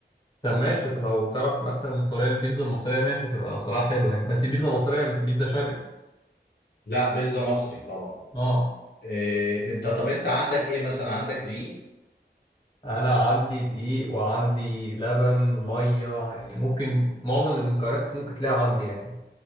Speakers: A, on the left (about 25°); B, on the left (about 65°).
A: طب ماشي طب لو تعرف مثلا طريقة البيتزا المصرية ماشي تبقى صراحة حلوة يعني بس بيتزا مصرية مش بيتزا شرقي
B: لا بيتزا مصري طبعا
A: اه
B: إيه انت طب انت عندك ايه مثلا عندك دقيق
A: انا عندي دقيق وعندي لبن مية يعني ممكن معظم المكونات ممكن تلاقيها عندي يعني